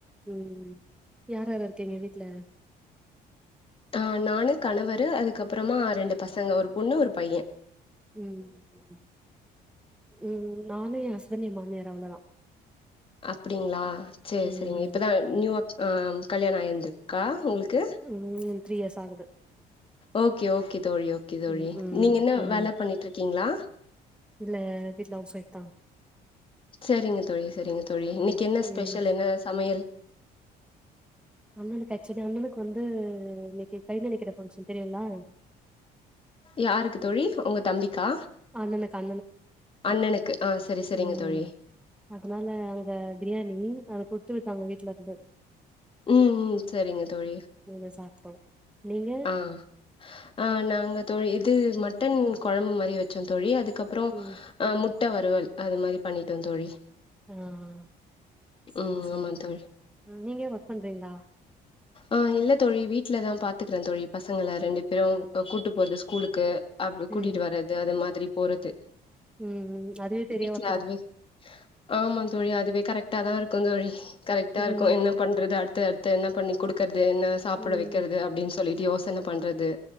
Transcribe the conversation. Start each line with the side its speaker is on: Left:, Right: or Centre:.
Centre: ம் யாராரு இருக்கீங்க வீட்டுல
Left: ஆ நானு கணவரு அதுக்கப்பறமா ரெண்டு பசங்க ஒரு பொண்ணு ஒரு பையன்
Centre: ம் ம் நானு என் ஹஸ்பண்ட் என் மாமியாரு அவ்ளோ தா
Left: அப்டிங்களா சேரி
Centre: ம்
Left: செரிங்க இப்ப தா நியூவா ஆ கல்யானோ ஆயிருந்திருக்கா உங்களுக்கு
Centre: ம் த்ரீ இயர்ஸ் ஆகுது
Left: ஓகே ஓகே தோழி ஓகே தோழி
Centre: ம் ம்
Left: நீங்க என்ன
Centre: ம்
Left: வேல பண்ணிட்டு இருக்கீங்களா
Centre: இல்ல வீட்ல ஹவுஸ்ஒய்ஃப் தா
Left: செரிங்க தோழி செரிங்க தோழி இன்னைக்கு
Centre: ம்
Left: என்ன ஸ்பெஷல்
Centre: ம்
Left: என்ன சமையல்
Centre: அண்ணனுக்கு ஆக்சுவலா அண்ணனுக்கு வந்து இன்னைக்கு கைநனைக்கிற ஃபங்க்ஷன் தெரியுங்ளா
Left: யாருக்கு தோழி உங்க தம்பிக்கா
Centre: அண்ணனுக்கு அ
Left: அண்ணனுக்கு ஆ சரி சரிங்க
Centre: ம்
Left: தோழி
Centre: அதனால அங்க ப்ரியாணி அத குடுத்து விட்டாங்க வீட்லருந்து
Left: ம், ம். சரிங்க தோழி
Centre: அத சாப்ட்டோ நீங்க
Left: ஆ ஆ நாங்க தோழி இது மட்டன் கொழம்பு மாரி வச்சோ தோழி அதுக்கப்றோ
Centre: ம்
Left: ஆ முட்ட வறுவல் அது மாரி பண்ணிட்டோ தோழி
Centre: ஆ ஆ செரி
Left: ம்
Centre: செரி
Left: ஆமா தோழி.
Centre: ம் நீங்க ஒர்க் பண்ரீங்களா
Left: ஆ இல்ல தோழி வீட்ல தா பாத்துக்கற தோழி பசங்கள ரெண்டு பேரு கூட்டு போறது ஸ்கூலுக்கு அப்ற கூட்டிட்டு
Centre: ம்
Left: வர்ரது அது மாதிரி போறது
Centre: ம் ம் அதுவே பெரிய
Left: வீட்ல
Centre: ஒர்க்
Left: அதுவே
Centre: தா
Left: ஆமா தோழி அதுவே கரெக்ட்டா தா இருக்கு தோழி கரெக்டா
Centre: ம்
Left: இருக்கு என்னப் பண்றது அடுத்த அடுத்து என்ன பண்ணி குடுக்குறது என்ன சாப்ட
Centre: ம்
Left: வைக்கறது அப்டின் சொல்லிட்டு யோசன பண்றது